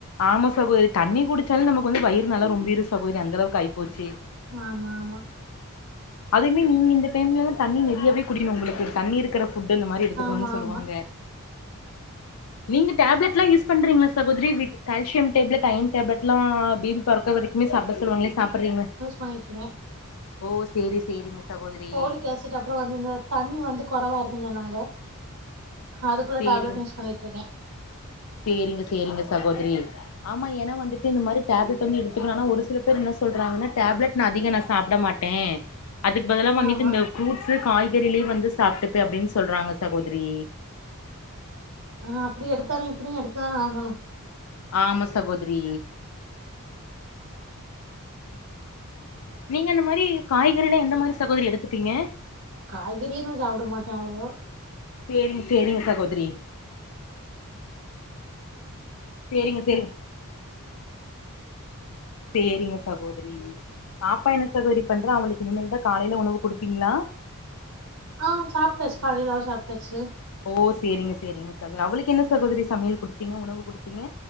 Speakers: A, on the left; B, on the right.
A: ஆமா சகோதரி தண்ணி குடிச்சால் நமக்கு வந்து வயிறு நல்லா ரொம்பிருது சகோதரி அந்தளவுக்கு ஆய் போச்சி
B: ஆமா ஆமா
A: அதுவுமே நீங்க இந்த டைம்லெலாத் தண்ணி நெறியவே குடிகிணு உங்ளுக்கு தண்ணி இருக் க்கிற ஃபுட்டு இந்த மாரி எடுத்துக்குணுனு
B: ஆமா
A: சொல்லுவாங்க
B: ஆமா
A: நீங்க டேப்லெட்லா யூஸ் பண்றீங்ள சகோதிரி with calcium tablet iron tablet ட்லா பேபி பெறக்க வரைக்குமே சாப்ட சொல்வாங்ளே சாப்பர்றீங்லே
B: போயிட்ருகே
A: ஓ சேரி சேரிங்க சகோதரி
B: ஃபோலிக் ஆசிட் அப்றோ வந்து இந்த தண்ணி வந்து கொறவா இருக்குஞ் சொன்னாங்க அதுக்குள்ள
A: சேரிங்
B: டேப்லெட் யூஸ் பண்ணிட்ருக்கே
A: சேரிங்க சேரிங்க சகோத்ரி ஆமா என வந்துட்டு இந்த மாரி டேப்லெட் வந்து எடுத்துகுனு ஆனா ஒரு சில பேர் என்ன சொல்றாங்கனா டேப்லெட் நா அதிக நா சாப்ட மாட் டே அதுக் பதுலா வந்திட்டு
B: ஆமா
A: இந்த ஃப்ரூட்ஸு காய்கறிலேயே வந்து சாப்ட்டுப்பே அப்டின் சொல்றாங்க சகோதிரி
B: ஆ அப்டி எடுத்தானே இப்டியு எடுத்தானே ஆகணு
A: ஆமா சகோதிரி நீங்க அந்த மாரி காய்கறில எந்த மாரி சகோதரி எடுத்துப்பீங்க
B: காய்கறியே நா சாப்ட மாட்டே அவ்ளோவா
A: சேரிங்க சேரிங்க சகோதிரி சேரிங்க சேரி சேரிங்க சகோதிரி பாப்பா என்ன சகோதரி பண்றா அவளுக்கு இனிமேல்தா காலைல உணவு குடுப்பீங்ளா
B: ஆ சாப்டாச்சு காலைல அவெ சாப்டாச்சு
A: ஓ சேரிங்க சேரிங்க சகோ அவளுக்கு என்ன சகோதரி சமையல் குடுத்தீங்க உணவு குடுத்தீங்க